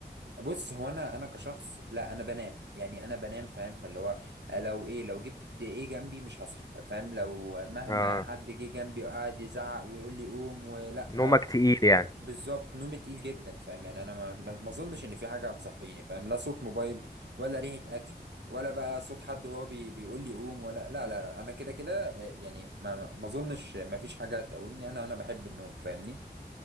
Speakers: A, on the right; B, on the left.
A: بص هو انا انا كشخص لا انا بنام يعني انا بنام فاهم فاللي هو آه، لو ايه لو جبت ايه جنبي مش هصحى فاهم لو مهما
B: آه،
A: حد جه جنبي وقعد يزعق ويقول لي قوم ولا
B: نومك تقيل
A: و-
B: يعني
A: بالظبط نومي تقيل جدا فاهم يعني انا ما ما ما اظنش ان في حاجه هتصحيني فاهم لا صوت موبايل ولا ريحه اكل ولا بقى صوت حد هو بي بيقول لي قوم ولا لا لا لا انا كده كده آه، يعني ما ما ما اظنش ما فيش حاجه تقومني انا انا بحب النوم فاهمني